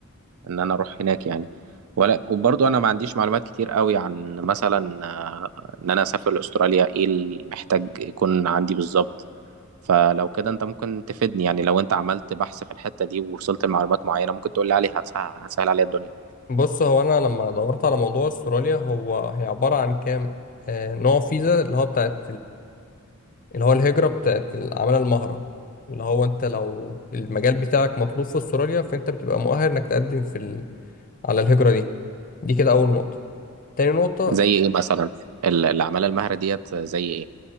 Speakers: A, on the right (about 75°); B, on the left (about 40°).
A: ان انا اروح هناك يعني ولا وبرضه انا ما عنديش معلومات كتير قوي عن مثلا آه، ان انا اسافر لاستراليا ايه اللي محتاج يكون عندي بالظبط فلو كده انت ممكن تفيدني يعني لو انت عملت بحث في الحتة دي ووصلت لمعلومات معينة ممكن تقول لي عليها هتسه- هتسهل عليا الدنيا
B: بص هو انا لما دورت على موضوع استراليا هو هي عبارة عن كام آه، نوع فيزا اللي هو بتاعت اللي هو الهجرة بتاعت العمالة المهرة اللي هو انت لو المجال بتاعك مطلوب في استراليا فانت بتبقى مؤهل انك تقدم في ال... على الهجرة دي دي كده اول نقطة تاني نقطة
A: زي ايه مثلا ال- العمالة المهرة ديت زي ايه